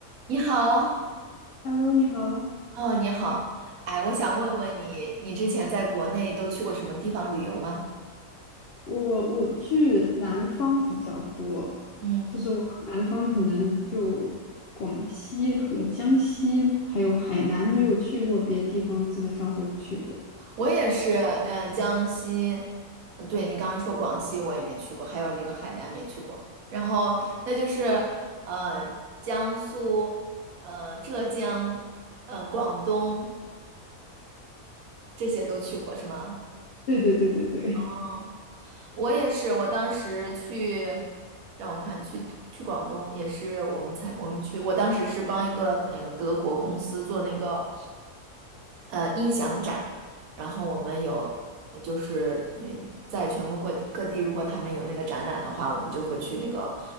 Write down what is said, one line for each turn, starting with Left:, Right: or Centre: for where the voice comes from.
Right: 你好，
Left: Hello，你好，
Right: 哦，你好，哎，我想问问你，你之前在国内都去过什么地方旅游吗？
Left: 我我去南方比较多，
Right: 嗯，
Left: 就是我南方可能就广西和江西，还有海南没有去过，别的地方基本上都去过。
Right: 我也是，嗯，江西，呃对，你刚刚说广西我也没去过，还有那个海南没去过，然后那就是，呃，江苏，呃，浙江，呃，广东这些都去过是吗？
Left: 对对对对对，
Right: 哦。我也是，我当时去，让我看，去去广东也是我们才我们去，我当时是帮一个呃德国公司做那个呃音响展，然后我们有呃就是嗯在全国各各地，如果他们有那个展览的话，我们就会去那个